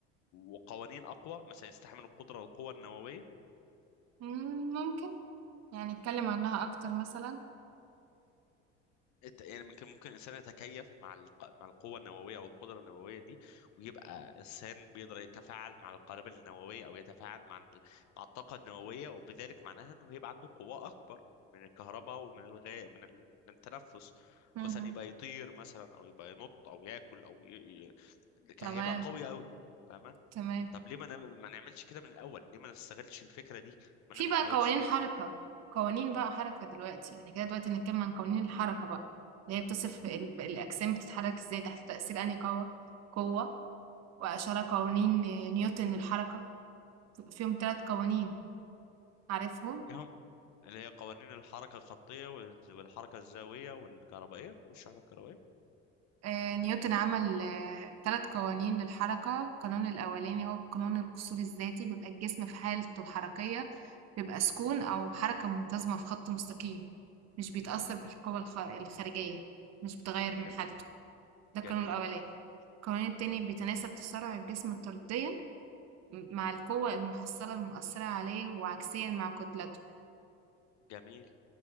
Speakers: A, on the left (about 60°); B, on the right (about 50°).
A: وقوانين اقوى مثلا يستحمل القدره والقوه النوويه
B: مم، ممكن يعني نتكلم عنها أكتر مثلا
A: إت- يعني ممكن ممكن الانسان يتكيف مع الق... مع القوه النوويه او القدره النوويه دي ويبقى انسان بيقدر يتفاعل مع القنابل النوويه او يتفاعل مع ال- مع الطاقه النوويه وبذلك معناها انه هيبقى عنده قوه اكبر من الكهرباء ومن الغاء من, ال... من التنفس
B: مهم.
A: ومثلا يبقى يطير مثلا او يبقى ينط او ياكل او ي... ي... كان
B: تمام
A: هيبقى قوي قوي فاهمه
B: تمام
A: طب ليه ما, ن... ما نعملش كده من الاول ليه ما نستغلش الفكره دي ما
B: في
A: ن- ما
B: بقى
A: نحاولش
B: قوانين
A: ن...
B: حركة قوانين بقى حركة دلوقتي يعني كده دلوقتي نتكلم عن قوانين الحركة بقى اللي هي بتصف ال- الأجسام بتتحرك إزاي تحت تأثير أنهي قوة قوة وأشار قوانين نيوتن للحركة بيبقى فيهم ثلاث قوانين عارفهم
A: اه اللي هي قوانين الحركة الخطية والز- والحركة الزاوية والكهربائية والشعلة الكهربائية
B: آه، نيوتن عمل آه، ثلاث قوانين للحركة القانون الأولاني هو قانون القصور الذاتي بيبقى الجسم في حالته الحركية بيبقى سكون أو حركة منتظمة في خط مستقيم مش بيتأثر بالقوى الخ- الخارجية مش بتغير من
A: جميل
B: حالته ده القانون
A: جميل
B: الأولاني القانون التاني بيتناسب تسارع الجسم طرديا مع القوة المحصلة المؤثرة عليه وعكسيا مع كتلته
A: جميل